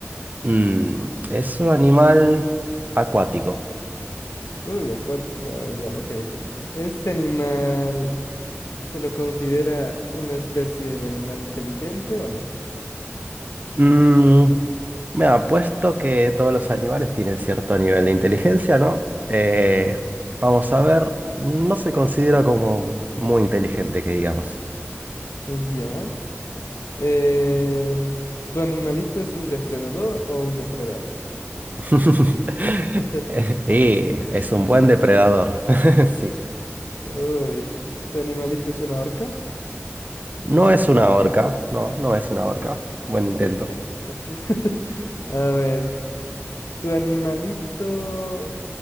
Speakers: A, on the right; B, on the left.
A: Mm, es un animal acuático.
B: Uy, acuático, a ver, ya, ok, ok. Este animal se lo considera una especie de animal inteligente o no?
A: Mm, me ha puesto que todos los animales tienen cierto nivel de inteligencia, ¿no? Eh, vamos a ver, no se considera como muy inteligente, que digamos.
B: Ya. Eh, ¿tu animalito es un depredador o un depredado?
A: <laughs>
B: <laughs>
A: Y es un buen depredador, <laughs> sí.
B: Uy, ¿tu animalito es una orca?
A: No es una orca, no, no es una
B: Uy,
A: orca. Buen intento.
B: casi, casi. <laughs> A ver, ¿tu animalito...